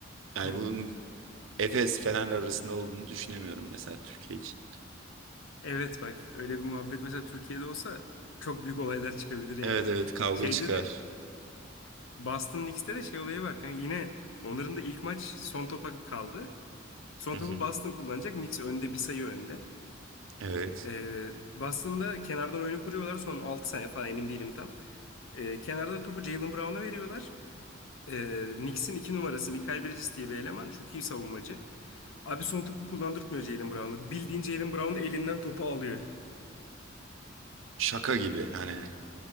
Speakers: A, on the left (about 75°); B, on the right (about 80°).
A: <laughs>
B: Yani bunun Efes Fener arasında olduğunu düşünemiyorum mesela Türkiye için.
A: Evet bak öyle bir muhabbet mesela Türkiye'de olsa çok büyük olaylar çıkabilir yani.
B: Evet evet kavga
A: Şeyde
B: çıkar.
A: de Boston Knicks'te de şey olayı var. kanka. yine onların da ilk maç son topa kaldı. Son
B: Hı hı.
A: topu Boston kullanacak. Knicks önde bir sayı önde.
B: Evet.
A: Ee, Boston'da kenardan oyunu kuruyorlar. Son 6 saniye falan emin değilim tam. Ee, kenardan topu Jaylen Brown'a veriyorlar. Ee, Knicks'in 2 numarası Mikal Bridges diye bir eleman. Çok iyi savunmacı. Abi son topu kullandırtmıyor Jaylen Brown'a. Bildiğin Jaylen Brown elinden topu alıyor.
B: Şaka gibi hani.